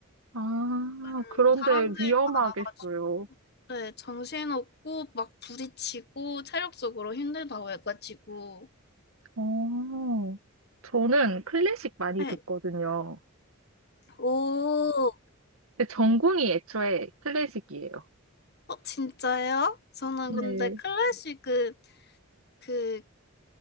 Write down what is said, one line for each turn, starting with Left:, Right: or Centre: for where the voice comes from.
Right: 아,
Left: 음,
Right: 그런데
Left: 사람들이
Right: 위험하겠어요.
Left: 많아가지고, 네, 정신없고, 막 부딪히고, 체력적으로 힘들다고 해가지고,
Right: 어, 저는 클래식 많이
Left: 네,
Right: 듣거든요.
Left: 오,
Right: 그 전공이 애초에 클래식이에요.
Left: 어, 진짜요? 저는
Right: 네,
Left: 근데 클래식은 그 그